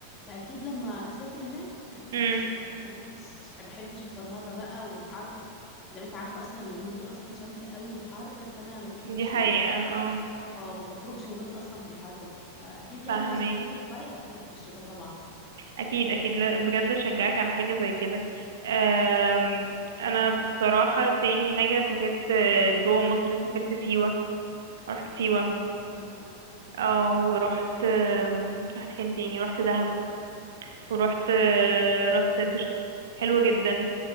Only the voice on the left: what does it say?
فاكيد لما اسافر هناك اسافر
في الشتاء يعني انا مش مش بحب- بحبش الفرهده بقى والحر زي ما انت عارفه اصلا اليومين دول اصلا شمس قوي وحر فانا ما بحبش
ال...
اه ما بخرجش من البيت اصلا في الحر ده فاكيد يعني
لو سافرت دبي هسافر في الشتاء طبعا
اه حلوه قوي